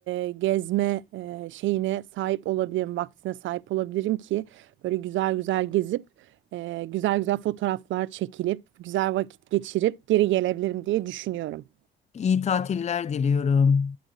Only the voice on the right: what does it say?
e, gezme e, şeyine sahip olabilirim, vaktine sahip olabilirim ki böyle güzel güzel gezip e, güzel güzel fotoğraflar çekilip güzel vakit geçirip geri gelebilirim diye düşünüyorum.